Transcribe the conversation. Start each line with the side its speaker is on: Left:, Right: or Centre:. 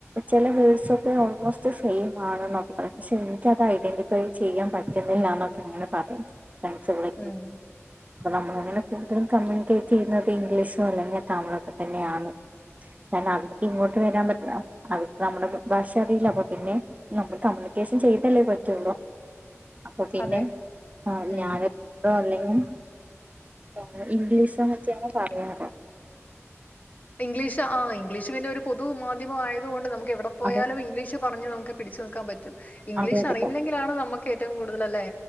Right: ചെല വേർഡ്സൊക്കെ ഓൾമോസ്റ്റ് സെയിം ആണ് ന്നൊക്കെ പറയും. പക്ഷെ ഇന്ക്കത് അയ്ഡന്റിഫൈ ചെയ്യാൻ പ റ്റുന്നില്ലാ ന്നൊക്കെ ങ്ങനെ പറയും. ഫ്രണ്ട്‌സുകളൊക്കെയ്.
Left: ഉം
Right: അപ്പം നമ്മളിങ്ങനെ കൂടുതലും കമ്മ്യൂണിക്കേറ്റെയ്യുന്നത് ഇംഗ്ലീഷൊ അല്ലെങ്കി തമിളൊക്കെ തന്നെയാണ്. കാരണം അവർക്കിങ്ങോട്ട് വരാൻ പറ്റില്ല അവർക്ക് നമ്മുടെ ഭ ഭാഷ അറിയില്ല. അപ്പൊ പിന്നെ നമ്മള് കമ്മ്യൂണിക്കേഷൻ ചെയ്തല്ലേ പറ്റുള്ളൂ. അപ്പൊ പിന്നെ
Left: അതെ
Right: ഏഹ്
Left: ഉം
Right: ഞാന് <unintelligible> അല്ലെങ്കി തമിഴ് ഇംഗ്ലീഷോ മറ്റേയാണ് പറയാറ്.
Left: ഇംഗ്ലീഷാ ആഹ് ഇംഗ്ലീഷ് പിന്നൊരു പൊതു മാധ്യമമായതുകൊണ്ട് നമുക്കെവിടെ പോയാലും
Right: അത്
Left: ഇംഗ്ലീഷ് പറഞ്ഞു നമുക്ക് പിടിച്ചു നൽക്കാൻ പറ്റും ഇംഗ്ലീഷ്
Right: അതെ അതെ
Left: അറിയില്ലെങ്കിലാണ് നമുക്ക് ഏറ്റവും കൂടുതൽ അല്ലേ